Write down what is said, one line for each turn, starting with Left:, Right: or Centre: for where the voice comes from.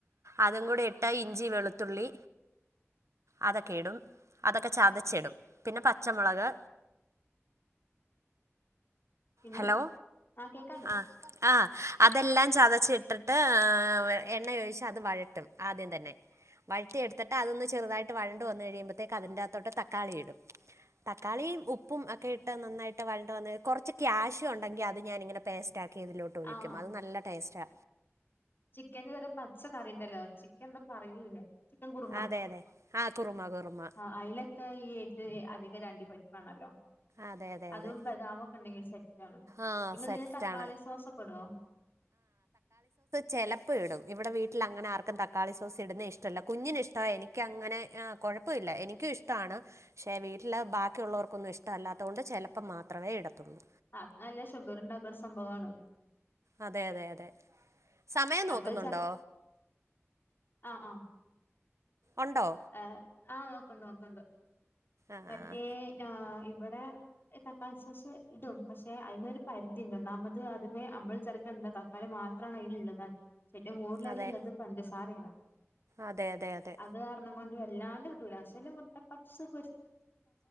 Right: അതുംകൂടിഇട്ടാൽ ഇഞ്ചി വെളുത്തുള്ളി അതക്കെയിടും അതക്കെ ചതച്ചിടും പിന്നെ പച്ചമുളക്
Left: പിന്നെ
Right: ഹലോ
Left: ആ കേക്കാണ്ട്
Right: അ ആ അതെല്ലാം ചതച്ചിട്ടിട്ട് എണ്ണ ഒഴിച്ച് അത് വയട്ടും ആദ്യം തന്നെ വയട്ടി എടുത്തിട്ട് അതൊന്നു ചെറുതായിട്ട് വാഴണ്ടുവന്ന് കഴിയുമ്പഴേത്തേക്ക് അതിന്റത്തോട് തക്കാളി ഇടും തക്കാളിയും ഉപ്പും ക്കെ ഇട്ട് നന്നായിട്ട് വഴണ്ട് വന്ന് കൊറച്ച് കാഷ്യു ഉണ്ടെങ്കിൽ അത് ഞാൻ ഇങ്ങനെ പേസ്റ്റ് ആക്കി ഇതിലൊട്ടൊഴിക്കും
Left: ആഹ്
Right: അത് നല്ല ടേസ്റ്റാ
Left: ചിക്കന്റെ ഒരുതരം പച്ച കറി ഇണ്ടല്ലോ ചിക്കൻ എന്താ പറയിന്നെ ചിക്കൻ കുറുമ
Right: അതെ അതെ ആ കുറുമ കുറുമ
Left: ആ അതിലൊക്കെ ഈഏ അ രണ്ടി പരിപ്പാണല്ലോ
Right: അതെ അതെ
Left: അതും
Right: അതെ
Left: ബദാമും ഒക്കെ ഇണ്ടെങ്കിൽ സെറ്റ് ആണ്
Right: ആഹ്
Left: നിങ്ങളിതിന്
Right: സെറ്റാണ്
Left: തക്കാളി സോസൊക്കെ ഇടുവോ
Right: ചെലപ്പ ഇടും ഇവിടെ വീട്ടിലങ്ങനെ ആർക്കും തക്കാളി സോസ് ഇടുന്ന ഇഷ്ടല്ല കുഞ്ഞിന് ഇഷ്ടമാണ് എനിക്കങ്ങനെ ആ കുഴപ്പമില്ല എനിക്കും ഇഷ്ടാണ് പക്ഷേ വീട്ടിൽ ബാക്കിയുള്ളവർക്കൊന്നും ഇഷ്ടം അല്ലാത്തതുകൊണ്ട് ചെലപ്പം മാത്രവേ ഇടത്തുള്ളൂ
Left: അതല്ല ഷുഗർ ഇണ്ടാക്കണ സംഭവമാണ്
Right: അതെ അതെ അതെ സമയം
Left: നമ്മള്
Right: നോക്കുന്നുണ്ടോ
Left: ആ ആ
Right: ഉണ്ടോ
Left: ആ ആ നോക്കണ്ട് നോക്കണ്ട്
Right: ആഹ്
Left: മറ്റേ ആ ഇവിടെ തക്കാളി സോസു ഇടും പക്ഷെ അതിനൊരു പരിധി ഉണ്ട് ഒന്നാമത് അത് അമ്മൾ ചെറക്കണ്ട തക്കാളി മാത്രമാണ് അതിൽള്ളത് ചേറ്റവും കൂടുലതലുള്ളത്
Right: അതെ
Left: പഞ്ചസാരയാണ്
Right: അതെ അതെ അതെ
Left: അത് അ വല്ലാണ്ട് ഇടൂല്ല പക്ഷെ മുട്ട പെപ്സും